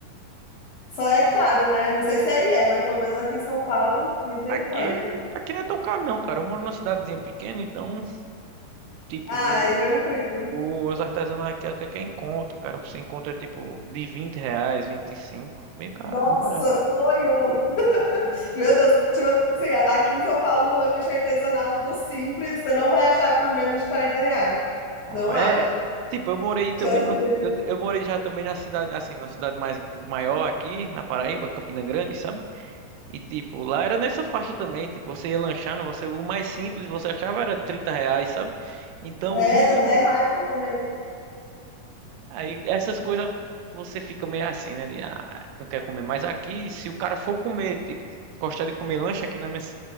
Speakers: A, on the left; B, on the right.
A: Só é caro, né? Não sei se aí é, mas pelo menos aqui em São Paulo, misericórdia.
B: Aqui, aqui não é tão caro não, cara. Eu moro numa cidadezinha pequena, então Tipo,
A: Ai, tranquilo.
B: o- os artesanais aqui até que encontra, cara. Você encontra, tipo, de 20 reais, 25, Bem caro,
A: Nossa,
B: bem barato.
A: sonho! <laughs> Meu Deus, tipo assim, aqui em São Paulo, um lanche artesanal do Simples, você não vai achar por menos de 40 reais.
B: Ó,
A: Não
B: é,
A: acha?
B: tipo, eu morei também
A: Já sei.
B: numa, eu, eu morei já também na cidade, assim, na cidade mais maior aqui, na Paraíba, Campina Grande, sabe? E, tipo, lá era nessa faixa também. Tipo, você ia lanchar, você, o mais simples você achava era 30 reais, sabe? Então,
A: É,
B: isso,
A: dá até raiva de comer.
B: aí, essas coisas, você fica meio assim, né? De, ah, não quer comer. Mas aqui, se o cara for comer, tipo, gostar de comer lanche aqui na minha,